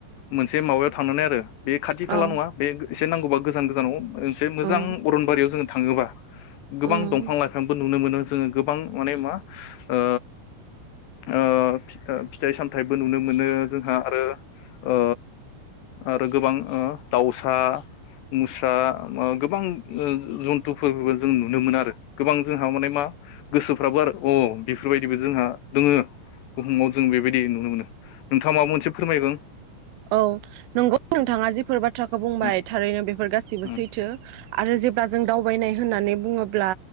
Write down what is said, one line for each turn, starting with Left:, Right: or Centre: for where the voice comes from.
Left: मोनसे माबायाव थांनानै आरो बे खाथि खाला
Right: औ
Left: नङा बे एसे नांगौबा गोजान गोजानाव मोनसे मोजां
Right: उम
Left: अरनबारियाव जों थाङोबा गोबां
Right: उम
Left: दंफां लाइफांबो नुनो मोनो। जों गोबां अने मा ओ ओ फिथाइ सामथाइ बो नुनो मोनो जोंहा आरो ओ आरो गोबां ओ दाउसा मुस्रा गोबां जन्थुफोरबो जों नुनो मोनो आरो गोबां जोंहा माने मा गोसोफ्राबो आरो अ बेफोरबायदिबो जोंहा दोङो बुहुमाव जों बेबायदि नुनो मोनो। नोंथाङा माबा मोनसे फोरमायगोन?
Right: औ नंगौ नोंथाङा जिफोर बाथ्राखौ बुंबाय
Left: उम
Right: थारैनो बेफोर गाससिबो
Left: उम
Right: सैथो आरो जे ब्ला जों दावबायनाय होना नानै बुङोब्ला